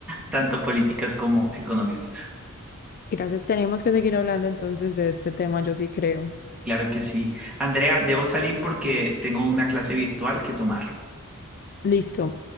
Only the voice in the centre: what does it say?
tanto políticas como económicas.
Claro que sí. Andrea, debo salir porque tengo una clase virtual que tomar.